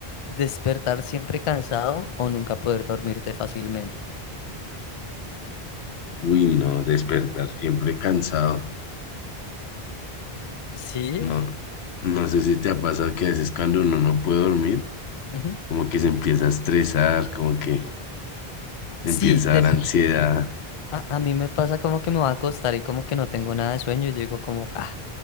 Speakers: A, on the left (about 50°); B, on the left (about 85°).
A: Despertar siempre cansado o nunca poder dormirte fácilmente.
B: Uy, no, despertar siempre cansado.
A: Sí,
B: No, no sé si te ha pasado que a veces cuando uno no puede dormir,
A: ujú.
B: como que se empieza a estresar, como que Empieza
A: Sí, de-
B: a dar Sí. ansiedad.
A: a, a mí me pasa como que me va a acostar y como que no tengo nada de sueño. Y Yo digo como, ah,